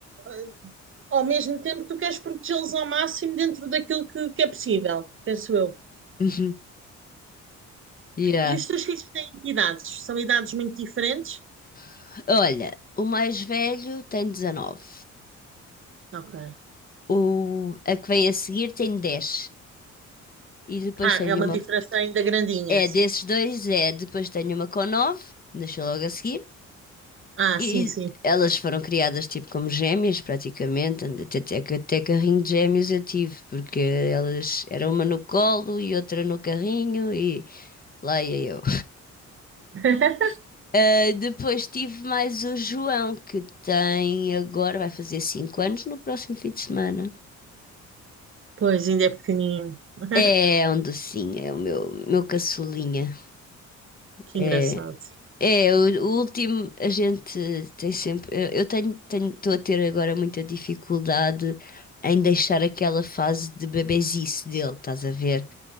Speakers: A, on the right (about 45°); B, on the left (about 30°).
A: eh, ao mesmo tempo, tu queres protegê-los ao máximo dentro daquilo que, que é possível, penso eu.
B: Uhum. Já.
A: E os teus filhos têm que idades? São idades muito diferentes?
B: <laughs> Olha, o mais velho tem 19.
A: Ok.
B: O, a que vem a seguir tem dez E depois
A: Ah,
B: tenho
A: é uma
B: uma.
A: diferença ainda grandinha,
B: É
A: sim.
B: desses dois, é. Depois tenho uma com nove Nasceu logo a seguir.
A: Ah,
B: E
A: sim, sim.
B: elas foram criadas tipo como gêmeas, praticamente. and- Até, até, até carrinho de gêmeos eu tive, porque elas era uma no colo e outra no carrinho, e lá ia eu.
A: <laughs>
B: Ah, depois tive mais o João, que tem agora, vai fazer 5 anos no próximo fim de semana.
A: Pois, ainda é pequenininho. <laughs>
B: É um docinho, é o meu, meu caçulinha.
A: Que
B: É,
A: engraçado.
B: É, o, o último, a gente tem sempre. Eu, eu tenho, tenho, estou a ter agora muita dificuldade em deixar aquela fase de bebezice dele, estás a ver?